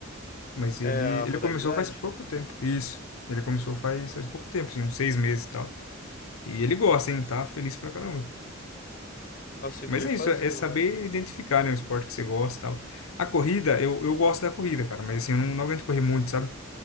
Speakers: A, on the left; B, on the left.
A: Mas ele,
B: é a modalidade.
A: ele começou faz pouco tempo. Isso. Ele começou faz, faz pouco tempo, assim, uns seis meses e tal. E ele gosta, hein? Tá feliz pra caramba.
B: Nossa, eu
A: Mas
B: queria
A: é
B: fazer,
A: isso, é é saber
B: mano.
A: identificar, né, o esporte que você gosta e tal. A corrida, eu, eu gosto da corrida, cara, mas assim, eu não, não aguento correr muito, sabe?